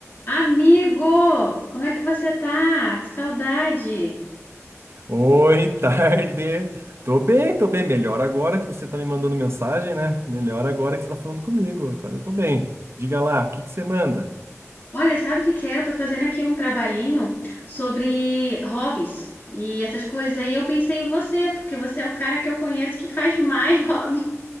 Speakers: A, on the left (about 45°); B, on the right (about 55°).
A: Amigo, como é que você tá? Que saudade!
B: Oi, <laughs> tarde. Tô bem, tô bem. Melhor agora que você tá me mandando mensagem, né? Melhor agora que você tá falando comigo. Agora eu tô bem. Diga lá, o que que você manda?
A: Olha, sabe o que que é? Eu tô fazendo aqui um trabalhinho sobre hobbies e essas coisas. E eu pensei em você, porque você é o cara que eu conheço que faz mais <laughs> hobby